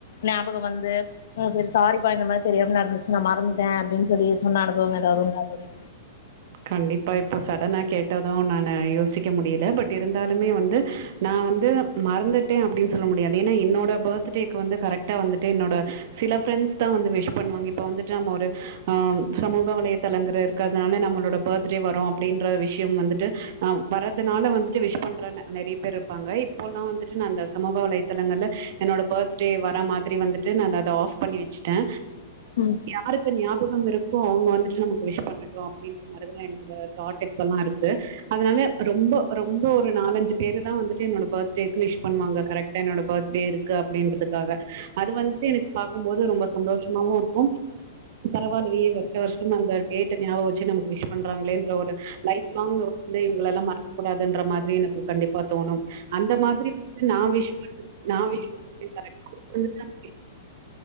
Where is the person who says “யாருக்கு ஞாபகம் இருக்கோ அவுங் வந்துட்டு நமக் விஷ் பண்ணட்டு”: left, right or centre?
Right